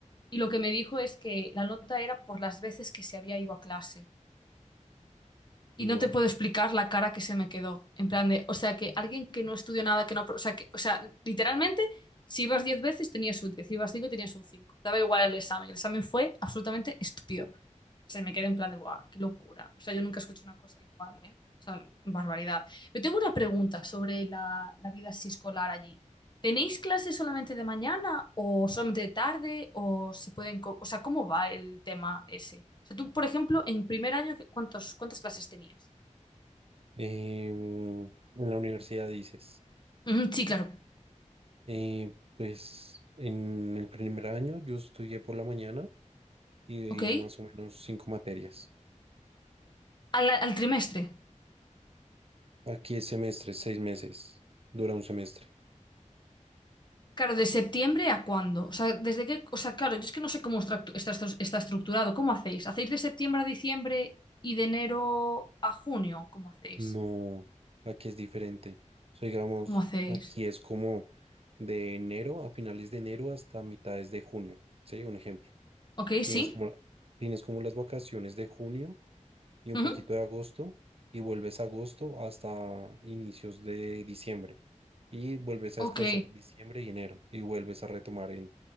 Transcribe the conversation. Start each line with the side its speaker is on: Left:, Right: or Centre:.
Left: Y lo que me dijo es que la nota era por las veces que se había ido a clase. Y
Right: Buah.
Left: no te puedo explicar la cara que se me quedó. En plan de, o sea, que alguien que no estudió nada, que no, o sea, que, o sea, literalmente, si ibas 10 veces tenías un 10, si ibas 5 tenías un 5. Daba igual el examen. El examen fue absolutamente estúpido. O sea, me quedé en plan de, ¡buah, qué locura! O sea, yo nunca escucho una cosa igual, ¿eh? O sea, barbaridad. Yo tengo una pregunta sobre la, la vida así escolar allí. ¿Tenéis clases solamente de mañana o solamente de tarde o se pueden, co- o sea, cómo va el tema ese? O sea, tú, por ejemplo, en primer año, ¿cuántos, cuántas clases tenías?
Right: Em, en la universidad dices,
Left: Ujú, sí, claro.
Right: eh, pues en el primer año yo estudié por la mañana y veía
Left: Ok.
Right: más o menos cinco materias.
Left: Al, al trimestre.
Right: Aquí es semestre, seis meses, dura un semestre.
Left: Claro, ¿de septiembre a cuándo? O sea, desde qué, o sea, claro, yo es que no sé cómo estru- está, estru- está estructurado. ¿Cómo hacéis? ¿Hacéis de septiembre a diciembre y de enero a junio? ¿Cómo hacéis?
Right: No, aquí es diferente. O sea, digamos,
Left: ¿Cómo hacéis?
Right: aquí es como de enero a finales de enero hasta mitades de junio. Sí, un ejemplo.
Left: Ok,
Right: Tienes
Left: sí.
Right: como, tienes como las vacaciones de junio y un
Left: Ujú.
Right: poquito de agosto y vuelves a agosto hasta inicios de diciembre y vuelves a
Left: Ok.
Right: descansar diciembre y enero y vuelves a retomar en,